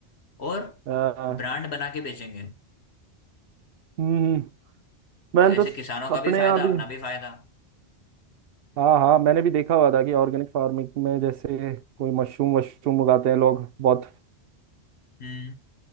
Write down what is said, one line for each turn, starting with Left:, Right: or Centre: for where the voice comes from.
Left: और
Right: हाँ, हाँ।
Left: ब्रांड बना के बेचेंगे
Right: हम्म हम्म। मैंने
Left: तो ऐसे
Right: तो
Left: किसानों का
Right: अपने
Left: भी फायदा
Right: यहाँ भी
Left: अपना भी फायदा
Right: हाँ हाँ मैंने भी देखा हुआ था कि ऑर्गेनिक फार्मिंग में जैसे कोई मशरूम वशरूम उगाते हैं लोग बहुत
Left: हम्म